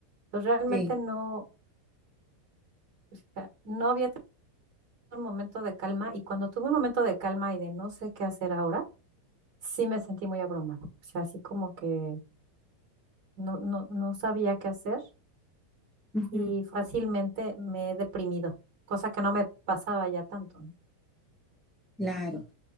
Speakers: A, on the right (about 50°); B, in the centre.
A: Pues realmente
B: Sí,
A: no, o sea, no había tenido un momento de calma y cuando tuve un momento de calma y de no sé qué hacer ahora, sí me sentí muy abrumada. O sea, así como que no, no, no sabía qué hacer
B: ujú,
A: y fácilmente me he deprimido, cosa que no me pasaba ya tanto. ¿no?
B: claro.